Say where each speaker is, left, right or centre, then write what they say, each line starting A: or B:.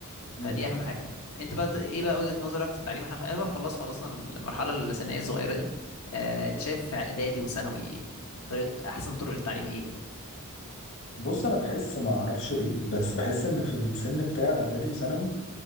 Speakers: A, on the left (about 65°); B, on the left (about 80°).
A: مم.
B: فدي اهم حاجه انت بقى ايه بقى وجهة نظرك في التعليم احنا خلاص خلاص خلصنا المرحله الثانويه الصغيره دي آه، انت شايف في اعدادي وثانوي طريقه احسن طرق للتعليم ايه
A: بص انا بحس ما اعرفش ليه بس بحس ان في السن بتاع اعدادي وثانوي